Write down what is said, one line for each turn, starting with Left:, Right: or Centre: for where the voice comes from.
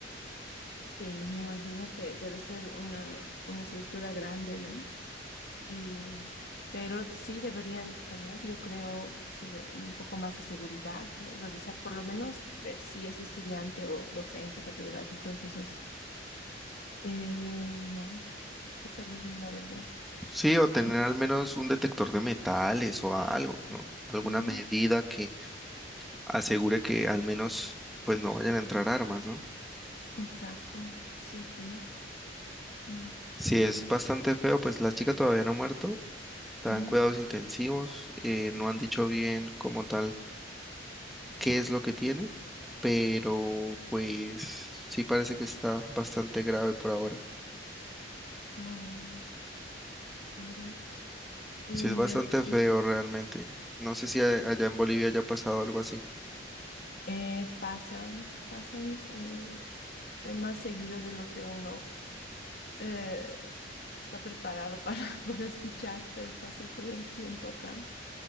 Left: Sí, me imagino que debe ser una, una estructura grande, ¿no? Y, pero sí deberían tener, yo creo, se- un poco más de seguridad, ¿no? Revisar por lo menos, ver si es estudiante o docente, catedrático. Entonces, eh, no, qué terrible, la verdad.
Centre: Sí, o tener
Left: Y
Centre: al menos un detector de metales o algo,
Left: eso.
Centre: ¿no? Alguna
Left: Ujú,
Centre: medida que asegure que al menos pues no vayan a entrar armas, ¿no?
Left: exacto, sí, sí, mm,
Centre: Si
Left: qué terrible.
Centre: es bastante feo, pues la chica todavía no ha muerto, Está
Left: Ujú,
Centre: en cuidados intensivos, eh, no han dicho bien como tal qué es lo que tiene, pero pues sí parece que está bastante grave por ahora.
Left: ah, pobre. y
Centre: Sí, es
Left: mira
Centre: bastante
Left: aquí,
Centre: feo realmente. No sé si a-
Left: sí,
Centre: allá en Bolivia haya pasado algo así.
Left: eh, pasan, pasan. eh, es más seguido de lo que uno eh, está preparado para, <laughs> para escuchar, pero pasa todo el tiempo acá.